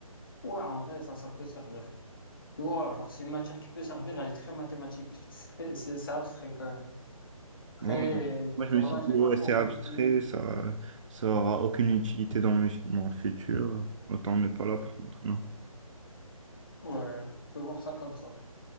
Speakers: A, on the left; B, on the right.
A: Ouais, en vrai, ça, ça peut servir. Tu vois, genre, c'est une matière qui peut servir, elle est très mathématique. C'est très, c'est c'est abstrait quand même. Très,
B: Voilà. Moi, je
A: genre
B: me suis
A: là,
B: dit,
A: j'ai pas
B: ouais,
A: trop
B: c'est
A: compris.
B: abstrait, ça, ça aura aucune utilité dans mes- mon futur. Autant ne pas l'apprendre, non?
A: Ouais, tu peux voir ça comme ça.